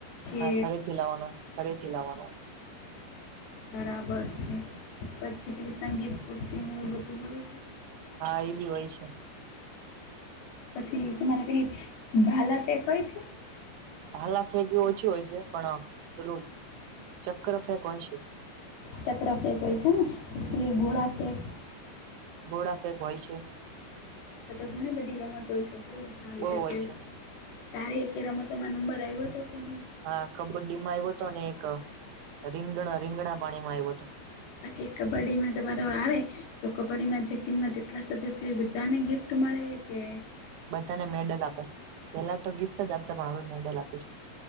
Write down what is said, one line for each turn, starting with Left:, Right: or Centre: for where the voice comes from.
Left: કે
Right: હા ઘરેથી લાવવાનો ઘરેથી લાવવાનો
Left: બરાબર છે પછી પેલી સંગીત ખુરશી એવું બધું હોય છે.
Right: હા એ બી હોય છે.
Left: પછી તમારે પેલી ભાલા ફેક હોય છે.
Right: ભાલા ફેક એ ઓછી હોય છે પણ પેલું ચક્ર ફેક હોય છે.
Left: ચક્ર ફેંક હોય છે ને પછી
Right: હમ
Left: પેલી ગોળા ફેંક
Right: ગોળા ફેક હોય છે.
Left: તો તો ઘણી બધી રમતો છે બહું મજા આવી
Right: બહુ
Left: જતી
Right: હોય છે
Left: હશે. તારે એકય રમતોમાં નંબર આવ્યો હતો કે નહી.
Right: હા કબડ્ડી માં આવ્યો હતો ને એક રીંગણ રીંગણા પાણીમાં આવ્યો હતો.
Left: પછી કબડ્ડીમાં તમારો આવે તો કબડ્ડી માં જે ટીમમાં જેટલા સદસ્યો હોય એ બધાને ગિફ્ટ મળે કે
Right: બધાને મેડલ આપે પેલા તો ગિફ્ટ જ આપતા પણ હવે મેડલ આપે છે.